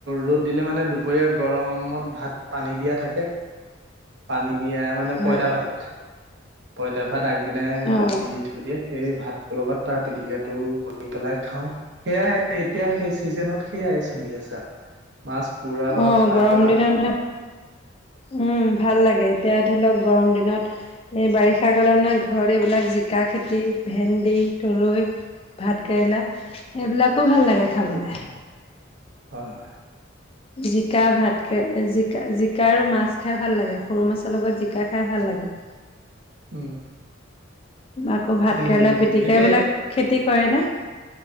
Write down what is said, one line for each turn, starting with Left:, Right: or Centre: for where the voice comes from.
Right: ৰ'দ দিলে মানে দুপৰীয়া গৰমত ভাত পানী দিয়া থাকে পানী দিয়া মানে
Left: হয়
Right: পইতা ভাত পইতা ভাত আগদিনাই
Left: অ
Right: পানী দি থৈ দিয়ে সেই ভাতটোৰ লগত তাৰ পিটিকাটো গৰি পেলাই খাওঁ সেয়াই এতিয়া সেই চিজনত সেইয়াই চলি আছে আৰু মাছ পুৰা বা
Left: অ
Right: ফ্ৰাই
Left: গৰম
Right: বা
Left: দিনত উম ভাল লাগে এতিয়া ধৰি লওক গৰম দিনত এই বাৰিষা কালত মানে ঘৰত এইবিলাক জিকা খেতি ভেন্দি তৰৈ ভাত কেৰেলা এইবিলাকো ভাল লাগে খাবলৈ
Right: হয় হয়
Left: জিকা ভাত কে জিকা জিকা আৰু মাছ খাই ভাল লাগে সৰু মাছৰ লগত জিকা খাই ভাল লাগে
Right: উম
Left: আকৌ ভাত
Right: উম
Left: কেৰেলা পিতিকা
Right: এতিয়া
Left: এইবিলাক খেতি কৰেনে